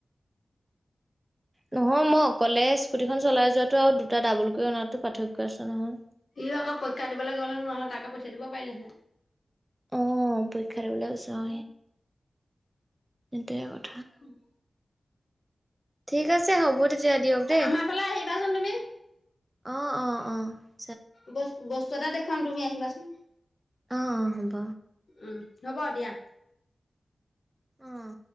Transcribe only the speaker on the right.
নহয় মই অকলে স্কুটিখন চলাই যোৱাতটো আৰু দুটা ডাবুল কৰি অনাতো পাৰ্থক্ আছে নহয়।
অ পৰীক্ষা দিবলৈ কৈছো অ ইয়াত
ঠিক আছে, হ'ব তেতিয়া দিয়ক দেই-অ-অ-অ
অ অ হ'ব
অ